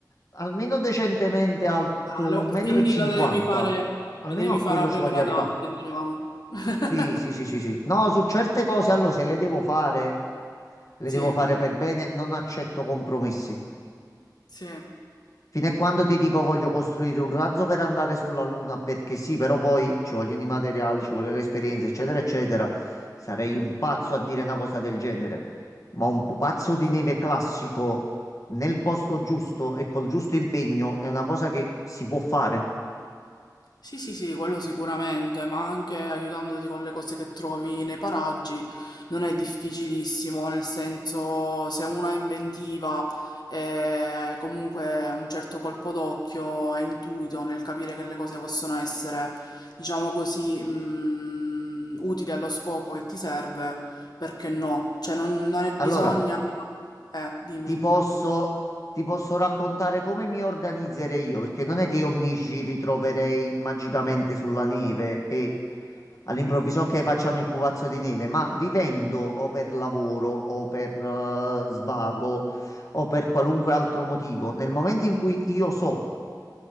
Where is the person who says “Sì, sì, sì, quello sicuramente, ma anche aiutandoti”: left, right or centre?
Left